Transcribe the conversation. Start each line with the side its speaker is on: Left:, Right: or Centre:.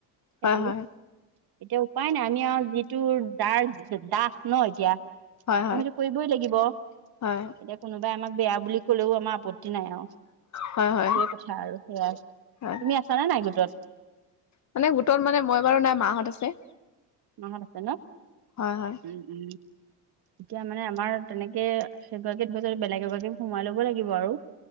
Right: সেইটো
Left: হয়, হয়।
Right: এতিয়া উপায় নাই আমি আৰু যিটোৰ দাস ন এতিয়া।
Left: হয়
Right: আমি সেইটো কৰিবই লাগিব।
Left: হয়
Right: এতিয়া কোনোবাই আমাক বেয়া বুলি কলেও আমাৰ আপত্তি নাই আৰু,
Left: হয় হয়
Right: সেইটোৱে কথা আৰু সেয়া,
Left: হয়
Right: তুমি আছা নে নাই গোটত?
Left: মানে গোটত মানে মই বাৰু নাই, মাহঁত আছে।
Right: মাহত আছে ন।
Left: হয় হয়
Right: উম উম। এতিয়া মানে আমাৰ তেনেকে সেইগৰাকী ধৰি য বেলেগ এগৰাকী সোমাই ল'ব লাগিব আৰু।